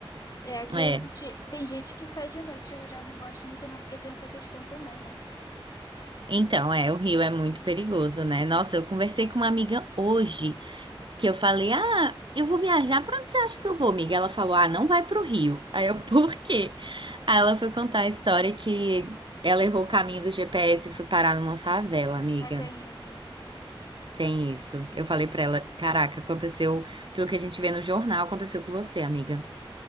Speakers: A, on the left; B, on the right.
A: É, aqui
B: É.
A: a gente tem gente que sai de noite, eu já não gosto muito não, porque tem essa questão também, né?
B: Então, é, o Rio é muito perigoso, né? Nossa, eu conversei com uma amiga hoje. Que eu falei, ah, eu vou viajar, pra onde você acha que eu vou, amiga? Ela falou, ah, não vai pro Rio. <laughs> Aí eu, por quê? Aí ela foi contar a história que ela errou o caminho do GPS e foi parar numa favela, amiga.
A: É, tem isso.
B: Tem isso. Eu falei pra ela, caraca, aconteceu aquilo que a gente vê no jornal, aconteceu com você, amiga.